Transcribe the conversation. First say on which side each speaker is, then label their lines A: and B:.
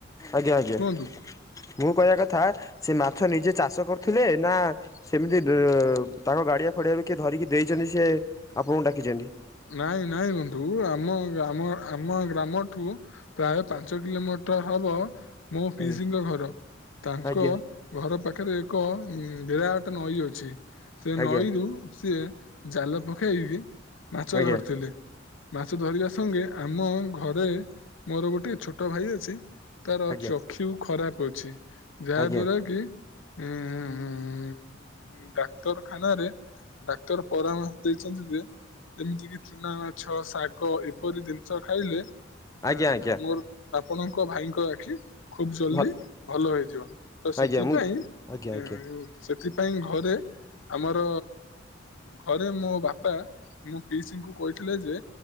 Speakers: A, on the left; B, on the left.
A: ଆଜ୍ଞା ଆଜ୍ଞା।
B: କୁହନ୍ତୁ
A: ମୁଁ କହିବା କଥା ସେ ମାଛ ନିଜେ ଚାଷ କରୁଥିଲେ ନା ସେମିତି ତାଙ୍କ ଗାଡିଆ ଫଡିଆରୁ କିଏ ଧରିକି ଦେଇଛନ୍ତି? ସିଏ ଆପଣଙ୍କୁ ଡାକିଚନ୍ତି
B: ନାଇଁ ନାଇଁ ବନ୍ଧୁ ଆମ ଆମ ଆମ ଗ୍ରାମଠୁ ପ୍ରାୟ ପାଞ୍ଚ କିଲୋମ ଟର ହବ ମୋ ପିସିଙ୍କ
A: ଆଜ୍ଞା
B: ଘର ତାଙ୍କ
A: ଆଜ୍ଞା
B: ଘର ପାଖରେ ଏକ ଉଁ ବିରାଟ ଗୋଟେ ନଈ ଅଛି ସେ
A: ଆଜ୍ଞା
B: ନଈରୁୁ ସିଏ ଜାଲ ପକେଇକି ମାଛ
A: ଆଜ୍ଞା
B: ଧରିଥିଲେ। ମାଛ ଧରିବା ସଙ୍ଗେ ଆମ ଘରେ ମୋର ଗୋଟେ ଛୋଟ ଭାଇ ଅଛି। ତାର
A: ଆଜ୍ଞା
B: ଚକ୍ଷୁ ଖରାପ ଅଛି ଯାହା
A: ଆଜ୍ଞା ଆଜ୍ଞା
B: ଦ୍ଵାରା କି ହୁଁଁ ଡାକ୍ତରଖାନାରେ ଡାକ୍ତର ପରାମ ଦେଇଚନ୍ତି ଯେ ଯେମିତି କି ଚୁନା ମାଛ ଶାଗ ଏପରି ଦିନିଷ ଖାଇଲେ ଏଁ
A: ଆଜ୍ଞା ଆଜ୍ଞା
B: ମୋର ଆପଣଙ୍କ ଭାଇଙ୍କ ଆଖି ଖୁବ ଜଲ୍ଦି
A: ଭଲ
B: ଭଲ ହେଇଯିବ ତ ସେଥିପାଇଁ
A: ଆଜ୍ଞା ମୁଁ ଆଜ୍ଞା
B: ଉଁ
A: ଆଜ୍ଞା
B: ଉଁ ସେ ଥିପାଇଁ ଘରେ ଆମର ଘରେ ମୋ ବାପା ମୋ ପିସିଙ୍କୁ କହିଥିଲେ ଯେ